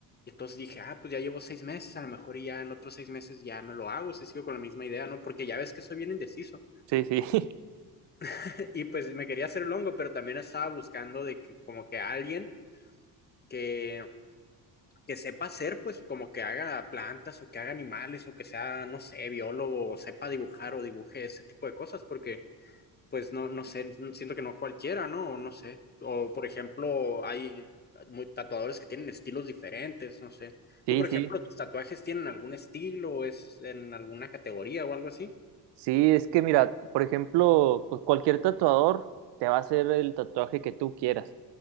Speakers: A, on the left (about 25°); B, on the right (about 80°).
A: Y entonces dije, ah, pues ya llevo seis meses, a lo mejor y ya en otros seis meses ya me lo hago, si sigo con la misma idea, ¿no? Porque ya ves que soy bien indeciso.
B: sí, sí, <laughs>
A: <laughs> Y pues me quería hacer el hongo, pero también estaba buscando de que como que alguien que que sepa hacer, pues como que haga plantas o que haga animales o que sea, no sé, biólogo o sepa dibujar o dibuje ese tipo de cosas, porque pues no, no sé, n- siento que no cualquiera, ¿no? No sé. O por ejemplo, hay muy tatuadores que tienen estilos diferentes, no sé.
B: sí,
A: ¿Tú, por
B: sí.
A: ejemplo, tus tatuajes tienen algún estilo o es en alguna categoría o algo así?
B: Sí, es que mira, por ejemplo, pues cualquier tatuador te va a hacer el tatuaje que tú quieras,